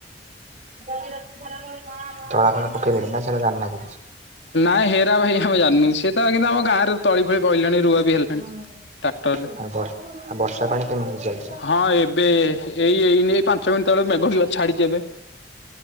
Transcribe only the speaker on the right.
ତଳା ଫଳା ପକେଇଲେଣି ନା ସେଗୁରା‌ ଯାଣିନା କିଛି।
କିଛି?
ଆଉ
ବ ଆଉ ବର୍ଷା ପାଣି କେମିତି ଚାଲିଛି?